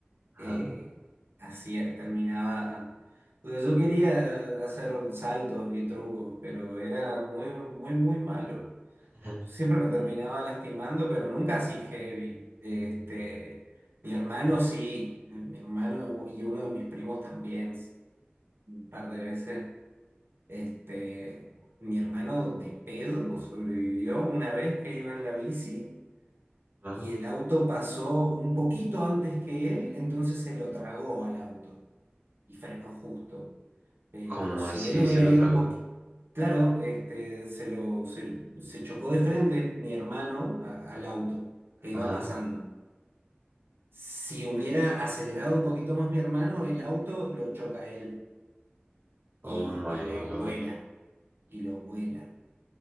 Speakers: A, on the right; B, on the right.
A: Ajá,
B: eh, hacía, terminaba. Porque yo quería hacer saltos y trucos, pero era muy, muy, muy malo.
A: ajá,
B: Siempre me terminaba lastimando, pero nunca así heavy. Este, mi hermano sí, eh, mi hermano y uno de mis primos también, s- un par de veces. Este, mi hermano de pedo sobrevivió una vez que iba en la bici
A: ajá.
B: y el auto pasó un poquito antes que él, entonces se lo tragó al auto y frenó justo. Pero
A: ¿Cómo
B: si
A: así
B: él hubiera
A: se lo
B: ido
A: trago?
B: un poquito, claro, este, se lo, se, se chocó de frente mi hermano a- al auto que
A: Ajá.
B: iba pasando. Si hubiera acelerado un poquito más mi hermano, el auto lo choca a él y,
A: Oh my
B: y lo
A: God.
B: vuela, y lo vuela.